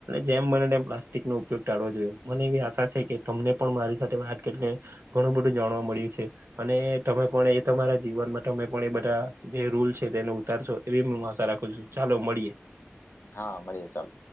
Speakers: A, on the right (about 65°); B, on the left (about 60°).
A: જેમ બને પ્લાસ્ટિકનો ઉપયોગ ટાળવો જોઈએ મને એવી આશા છે કે તમને પણ મારી સાથે વાત કરીને ઘણું બધું જાણવા મળ્યું છે અને તમે પણ એ તમારા જીવનમાં તમે પણ એ બધા જે રૂલ છે તેને ઉતારશો એવી હું આશા રાખું છું, ચાલો મળીએ.
B: હા મળીએ ચાલ.